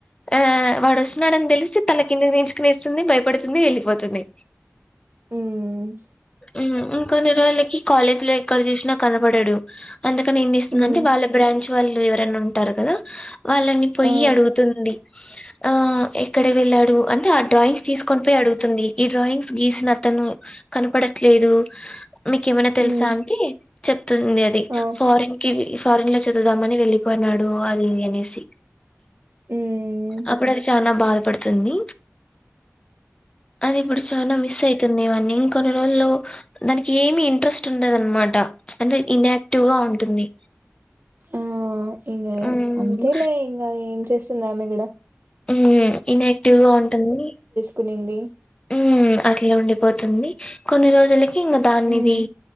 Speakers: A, on the left; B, on the right.
A: ఆ వాడు వస్తున్నాడని తెలిసి తల కిందకి తీంచుకునిస్తుంది భయపడుతుంది వెళ్ళిపోతుంది
B: ఉమ్
A: ఉమ్ ఇంకొన్ని రోజులకి కాలేజ్ లో ఎక్కడ చూసినా కనపడాడు అందుకనిేన్ని ఏం చేస్తుంది
B: ఉమ్
A: అంటే వాళ్ళ బ్రాంచ్ వాళ్ళు ఎవరై ఉంటారు కదా వాళ్ళని పొయి
B: ఆ
A: అడుగుతుంది ఆ ఎక్కడ వెళ్ళాడు అంటే ఆ డ్రాయింగ్స్ తీసుకొని పోయి అడుగుతుంది ఈ డ్రాయింగ్స్ గీసిన అతను కనపడ లేదు మీకు ఏమైనా తెలుసా
B: ఉమ్
A: అంటే చెప్తుంది అది
B: ఆ
A: ఫారిన్ కి ఫారిన్ లో చా వెళ్దామని వెళ్ళిపోయినాడు అది ఇది అనేసి
B: ఉమ్
A: అప్పుడు అది చానా బాధపడుతుంది అది ఇప్పుడు చానా మిస్ అయితుంది వాన్నీ ఇంకొన్ని రోజుల్లో దానికి ఏమి ఇంట్రెస్ట్ ఉండదనమాట అంటే ఇనాక్టివ్ గా ఉంటుంది
B: ఆ ఇంకా
A: ఉమ్,
B: అంతేలే ఇంకా ఏం చేస్త స్తున్నా మీ గూడా
A: ఉ ఇన్యాక్టివ్గా ఉంటుంది
B: తినండి
A: ఉ అట్లా ఉండిపోతుంది కొన్ని రోజులకి ఇంగ దానిమీదే
B: ఉమ్